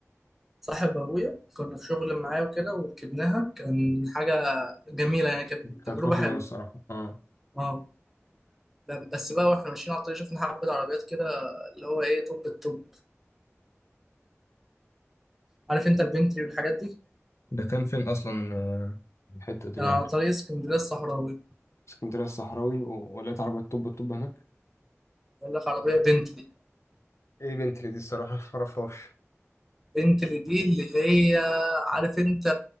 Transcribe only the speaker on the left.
كانت
فخمة
أوي الصراحة اه
ده كان فين أصلا آه، الحتة دي
يعني
اسكندرية الصحراوي و- ولقيت عربية طب الطب هناك
ايه بنتلي دي الصراحة معرفهاش